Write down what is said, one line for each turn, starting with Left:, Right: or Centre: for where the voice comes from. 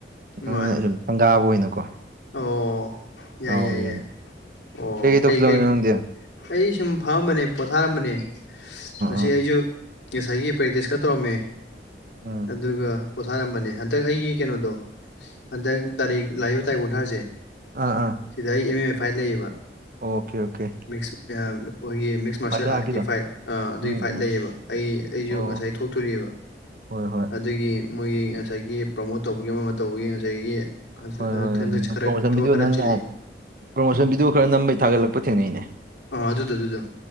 Left: ꯅꯨꯡꯉꯥꯏ
Right: ꯑꯗꯨꯅ ꯁꯨꯝ ꯁꯪꯒꯥꯕ ꯑꯣꯏꯅꯀꯣ
Left: ꯑꯣ ꯌꯥꯏ
Right: ꯀꯥꯎꯒ꯭ꯔꯦꯅ
Left: ꯌꯥꯏ ꯌꯥꯏ ꯑꯣ ꯀꯩꯀꯩ
Right: ꯇꯧꯁꯤꯜꯂꯝꯃꯤꯅꯣ ꯅꯪꯗꯤ ꯑ
Left: ꯑꯩ ꯁꯨꯝ ꯐꯝꯃꯝꯕꯅꯦ ꯄꯣꯊꯥꯔꯝꯕꯅꯦ ꯃꯁꯤ
Right: ꯑ
Left: ꯑꯩꯁꯨ ꯉꯁꯥꯏꯒꯤ ꯄ꯭ꯔꯦꯛꯇꯤꯁ ꯈꯔ ꯇꯧꯔꯝꯃꯦ
Right: ꯑ
Left: ꯑꯗꯨꯒ ꯄꯣꯊꯥꯔꯝꯕꯅꯦ ꯍꯟꯗꯛ ꯑꯩꯒꯤ ꯀꯩꯅꯣꯗꯣ ꯍꯟꯗꯛ ꯇꯥꯔꯤꯛ ꯂꯥꯏꯌ ꯇꯔꯤꯛ ꯀꯨꯟ ꯊꯔꯥ ꯁꯦ
Right: ꯑꯥ ꯑꯥ
Left: ꯁꯤꯗ ꯑꯩ ꯑꯦꯝ ꯑꯦꯝ ꯑꯦ ꯐꯥꯏꯜ ꯂꯩꯌꯦꯕ
Right: ꯑꯣꯀꯦ ꯑꯣꯀꯦ
Left: ꯃꯤꯁ ꯑꯣꯏ ꯃꯤꯁ ꯃꯥꯔꯁꯌꯦꯦꯜ
Right: ꯃꯥꯔꯁꯦꯜ ꯑꯥꯔꯠꯀꯤꯗꯣ
Left: ꯑꯥꯔꯠꯀꯤ ꯐꯥꯏꯠ ꯑꯗꯨꯒꯤ
Right: ꯎꯝ
Left: ꯐꯥꯏꯠ
Right: ꯎꯝ
Left: ꯂꯩꯌꯦꯕ ꯑꯩ ꯑꯩꯁꯨ
Right: ꯑꯣ
Left: ꯉꯁꯥꯏ ꯊꯣꯛꯇꯣꯑꯕ
Right: ꯍꯣꯏ ꯍꯣꯏ
Left: ꯑꯗꯨꯒꯤ ꯃꯣꯏꯒꯤ ꯉꯁꯥꯏꯒꯤ ꯄ꯭ꯔꯃꯣꯠ ꯇꯧꯕꯒꯤ ꯑꯃ ꯑꯃ ꯇꯧꯕꯒꯤ ꯉꯁꯥꯏꯒꯤ
Right: ꯍꯣꯏ ꯍꯣꯏ ꯍꯣꯏ
Left: ꯍꯟꯗꯛꯁꯦ ꯈꯔ
Right: ꯄ꯭ꯔꯣꯃꯣꯁꯟ
Left: ꯊꯕꯛ
Right: ꯚꯤꯗꯤꯑꯣ
Left: ꯈꯔ
Right: ꯅꯪ
Left: ꯆꯤꯜꯂꯤ
Right: ꯅꯍꯥꯟ ꯄ꯭ꯔꯣꯃꯣꯁꯟ ꯚꯤꯗꯤꯌꯣ ꯈꯔ ꯅꯝꯕꯩ ꯊꯥꯒꯠꯂꯛꯄ ꯊꯦꯡꯅꯩꯅꯦ
Left: ꯑ ꯑꯗꯨꯗꯣ ꯑꯗꯨꯗꯣ